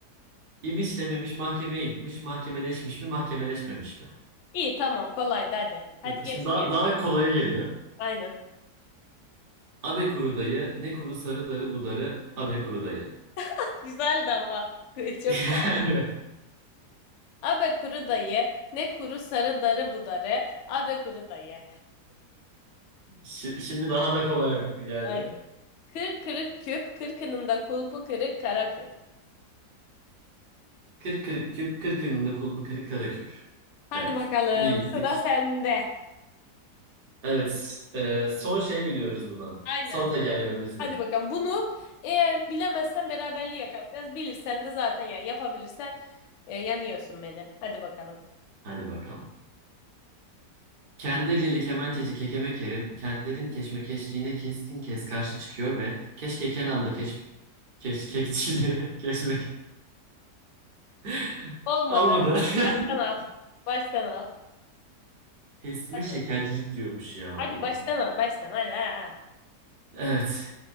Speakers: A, on the right; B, on the left.
A: ibis dememiş mahkemeye gitmiş. Mahkemeleşmiş mi, mahkemeleşmemiş mi?
B: İyi tamam. Kolaydı hadi. Hadi
A: Şimdi
B: geç
A: şimdi daha,
B: diyelim.
A: daha kolaya geliyor.
B: Aynen.
A: Abe kuru dayı, ne kuru sarı darı bu darı, abe kuru dayı.
B: <laughs> Güzeldi ama. <laughs> Çok
A: <laughs>
B: kaldı.
A: Evet.
B: Abe kuru dayı. Ne kuru sarı darı budarı. Abe kuru dayı.
A: Şi- Şimdi daha da kolay geldi.
B: Aynen. Kırk kırık küp. Kırkının da kulpu kırık kara küp.
A: Kırk kırık küp, kırkının da kulbu kırık kara küp.
B: Hadi
A: Evet.
B: bakalım.
A: İyi gittik.
B: Sıra sende.
A: Evet. e, son şey mi diyoruz buna?
B: Aynen.
A: Son tekerlememiz
B: Hadi
A: mi?
B: bakalım. Bunu eğer bilemezsen beraberliği yakalayacağız. Bilirsen de zaten yani yapabilirsen e, yanıyorsun beni. Hadi bakalım.
A: Hadi bakalım. Kendirlili kemençeci Kekeme Kerim kentlerin keşmekeşliğine keskin kes karşı çıkıyor ve keşke Kenan'da keş, keşkekçiliğe <laughs> keşmek <laughs>
B: Olmadı.
A: olmadı.
B: Baştan
A: <laughs>
B: al. Baştan al.
A: Kesme
B: Hadi
A: şekercilik
B: bak.
A: diyormuş ya
B: Hadi
A: Allah'ım.
B: baştan al. Baştan. Hadi. Ha, ha.
A: Evet.